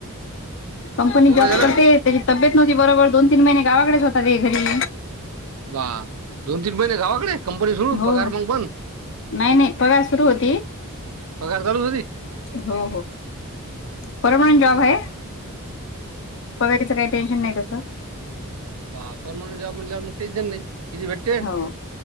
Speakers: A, on the left; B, on the right.
A: कंपनीजॉब
B: दोघ जण
A: करते त्याची तब्येत नव्हती बरोबर दोन तीन महिने गावाकडेच होताात ते घरी
B: बा दोन तीन महिने गावाकडे कंपनी सोडू
A: हो
B: पगार मग बंद
A: नाही नाही पगार सुरू होती
B: पगार चालूच होती
A: हो हो परमनंट जॉब आहे पगारीच काही टेन्शन नाही तसं
B: बापण म्हणून ज म्हणलं मग तेच नाही की भेटते
A: हो